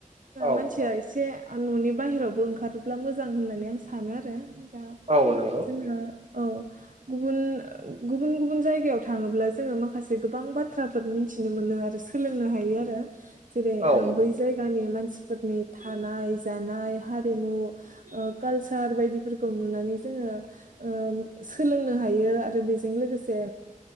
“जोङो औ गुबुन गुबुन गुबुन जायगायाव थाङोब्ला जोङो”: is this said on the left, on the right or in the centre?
Right